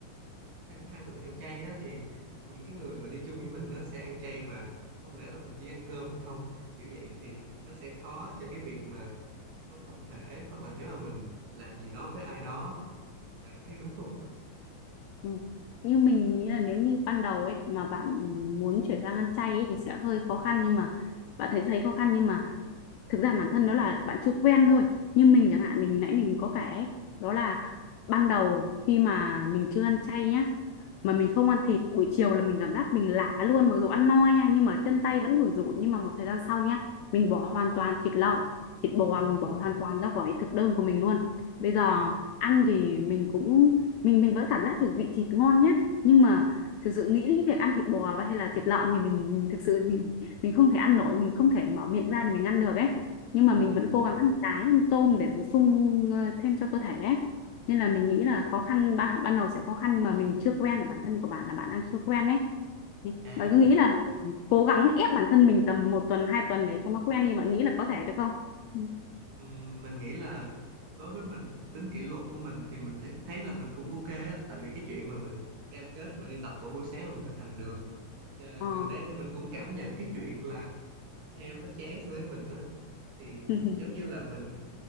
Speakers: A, on the right; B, on the left.
A: khăng khăng là được ăn chay á thì những cái người mà đi chung với mình nó sẽ ăn chay và không lẽ là mình chỉ ăn cơm hay không kiểu vậy thì nó sẽ khó cho cái việc mà sống tập thể hoặc là nếu mà mình làm gì đó với ai đó bạn thấy đúng không
B: ừ. như mình nghĩ là nếu như ban đầu ấy mà bạn muốn chuyển sang ăn chay ấy, thì sẽ hơi khó khăn nhưng mà bạn thấy thấy khó khăn nhưng mà thực ra bản thân đó là bạn chưa quen thôi nhưng mình chẳng hạn mình nãy mình có kể ấy, đó là ban đầu khi mà mình chưa ăn chay nhá mà mình không ăn thịt buổi chiều là mình cảm giác mình lả luôn mặc dù ăn no nha nhưng mà chân tay vẫn buồn rủn nhưng mà một thời gian sau nhá mình bỏ hoàn toàn thịt lợn thịt bò
A: <laughs> ừ
B: mình bỏ hoàn toàn ra khỏi thực đơn của mình luôn bây giờ ăn thì mình cũng mình mình vẫn cảm giác được vị thịt ngon nhá nhưng mà thực sự nghĩ đến cái việc ăn thịt bò hay là thịt lợn thì mình mình thực sự mình mình không thể ăn nổi mình không thể mở miệng ra để mình ăn được ấy nhưng
A: ừ
B: mà mình
A: ừ
B: vẫn cố
A: ừ
B: gắng ăn cá ăn tôm để bổ sung ờ, thêm cho cơ thể ấy. nên là mình nghĩ là khó khăn ban, ban đầu sẽ khó khăn nhưng mà mình chưa quen bản thân của bạn là bạn đang chưa quen đấy Thế
A: à
B: bạn cứ nghĩ là cố gắng ép bản thân mình tầm một tuần hai tuần để cho nó quen đi bạn nghĩ là có thể được không Ừ.
A: ừm, mình nghĩ là đối với mình thì tính kỷ luật của mình thì mình th thấy là mình cũng ok á tại vì cái chuyện mà mình cam kết mà đi tập mỗi buổi sáng là mình thực hành được Ờ,
B: ờ
A: gần đây thì mình cũng cảm nhận cái chuyện là thịt heo nó chán so với mình á thì
B: <laughs>
A: giống như là mình